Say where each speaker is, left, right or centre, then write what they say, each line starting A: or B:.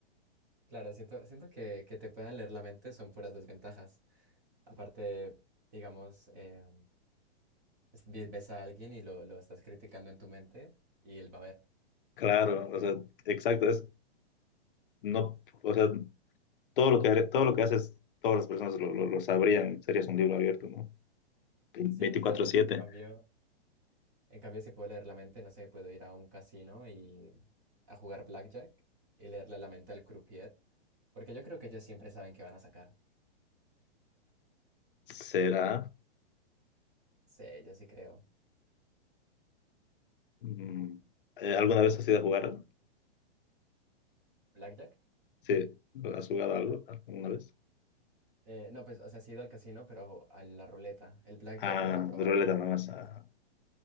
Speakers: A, on the right; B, on the left.
A: Claro, siento, siento que, que te puedan leer la mente son puras desventajas. Aparte, digamos, eh, es- ve- ves a alguien y lo, lo estás criticando en tu mente y él va a ver.
B: Claro, o sea, exacto, es, no, o sea, todo lo que, haré- todo lo que haces, todas las personas lo, lo, lo sabrían, serías un libro abierto, ¿no? 24/7.
A: Sí, literal. En cambio, en cambio, si puedo leer la mente, no sé, puedo ir a un casino y a jugar blackjack y leerle la mente al croupier, porque yo creo que ellos siempre saben qué van a sacar.
B: ¿Será?
A: Sí, yo sí creo.
B: Mm, eh,
A: Eh,
B: ¿alguna vez has ido a jugar?
A: ¿Blackjack?
B: Sí, ¿has jugado algo alguna vez?
A: Eh, no, pues, o sea, sí he ido al casino, pero a la ruleta. El blackjack
B: Ah,
A: no lo he probado
B: ruleta nada
A: porque
B: más. ah.
A: no sé.